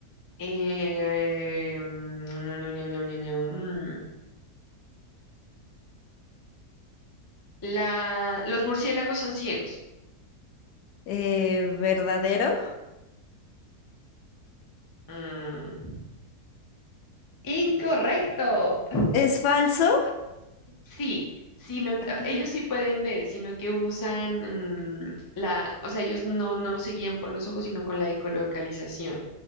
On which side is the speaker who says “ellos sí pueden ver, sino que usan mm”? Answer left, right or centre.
Left